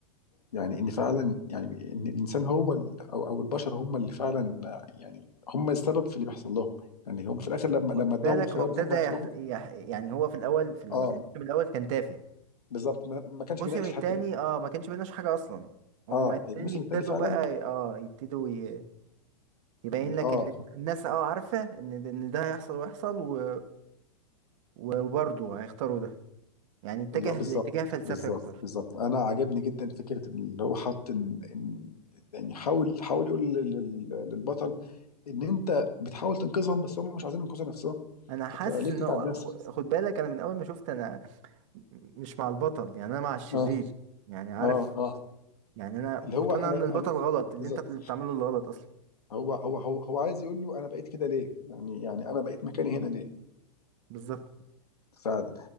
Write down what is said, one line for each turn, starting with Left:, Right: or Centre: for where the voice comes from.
Left: يعني ان فعلا يعني ان الانسان هو ال- او او البشر هم اللي فعلا يعني هم السبب في اللي بيحصل لهم يعني هم في الاخر لما لما
Right: خد
Left: اداهم
Right: بالك
Left: الخيار
Right: هو ابتدى
Left: ان هم
Right: يح...
Left: يخرجوا
Right: يح... يعني هو في الاول في الم-
Left: اه
Right: الموسم الاول كان تافه
Left: بالظبط ما, ما كانش
Right: الموسم
Left: بيناقش
Right: التاني
Left: الحته دي
Right: اه ما كانش بيناش حاجه اصلا هما
Left: اه
Right: التاني
Left: الموسم
Right: ابتدوا
Left: الثاني فعلا
Right: بقى اه يبتدوا ي... يبين لك
Left: اه
Right: ان الناس اه عارفه ان ان ده هيحصل ويحصل و... و- وبرضه هيختاروا ده يعني اتجه
Left: اللي هو بالظبط
Right: لاتجاه فلسفي
Left: بالظبط
Right: اكتر
Left: بالظبط انا عجبني جدا فكره اللي هو حط ان, إن يعني حاول حاول يقول لل- لل- للبطل ان انت بتحاول تنقذهم بس هم مش عايزين ينقذوا نفسهم
Right: انا حاسس
Left: فانت ليه
Right: ان
Left: بتتعب
Right: هو-
Left: نفسك
Right: خ- خد بالك انا من اول ما شفت انا مش مع البطل يعني انا مع الشرير
Left: اه
Right: يعني عارف
Left: اه اه
Right: يعني انا مقتنع
Left: اللي هو انا
Right: ان البطل
Left: انا
Right: غلط
Left: بالظبط
Right: اللي انت بتعمله اللي غلط اصلا
Left: هو هو هو هو عايز يقول له انا بقيت كده ليه يعني يعني انا بقيت مكاني هنا ليه
Right: بالظبط
Left: فعلا